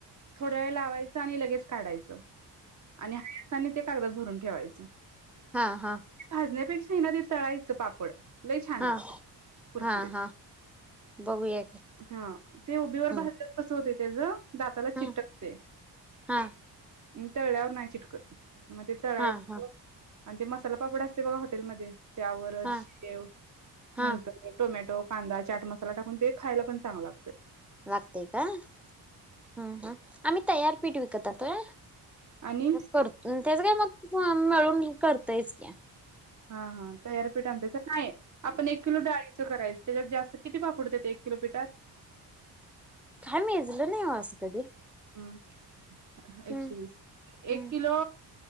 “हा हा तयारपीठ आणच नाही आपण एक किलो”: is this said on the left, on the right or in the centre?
Right